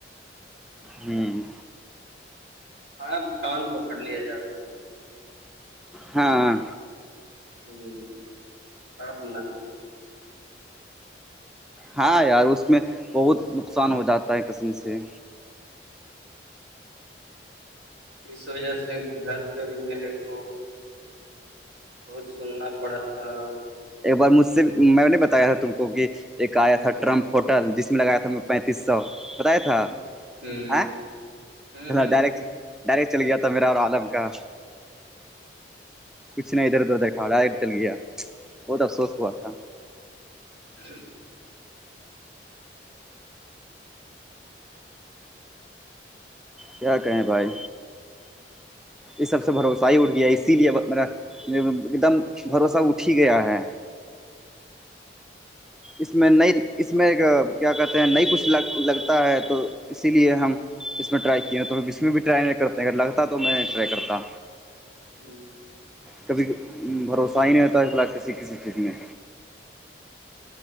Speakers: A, in the centre; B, on the right.
A: ہوں
B: ہاں کان پکڑ لیا جاو
A: ہاںاں
B: ہوں سبنا
A: ہاں یار اس میں بہت نقصان ہو جاتا ہے قسم سے
B: اس وجہ سے گھر پہ بھی میرے کو بہت سننا پڑا تھا اور
A: ایک بار مجھ سے میں نے بتایا تھا تم کو کہ ایک آیا
B: ہوں
A: تھا ٹرمپ ہوٹل جس میں لگایا تھا میں پین یس سو بتایا تھا
B: ہوں ہوں
A: ا
B: ہوں ہوں
A: ڈرٹ ڈائریکٹ چل گیا تھا میرا اور عالم کا کچھ نہیں ادھر ادھر دیکھا رہا ہے چل گیا بہت افسوس ہوا تھا
B: جی
A: کیا کہیں بھائی یہ سب سے بھروسہ ہی اٹ گیا اسی لیے ما ایک دم بھروسہ اٹھ ہی گیا ہے اس میں ن اس میں کیا کہتے ہیں نئی کچھ لگ لگتا ہے تو اسی لیے ہم اس میں ٹرائی کیے ن تو ہم اس میں بھی ٹرائی نہیں کرتے ہیں اگر لگتا تو میں ٹرائی کرتا
B: ہوں
A: کبھی بھروسہ ہی نہیں ہوتا ہے ف الح کسی کسی چیز میں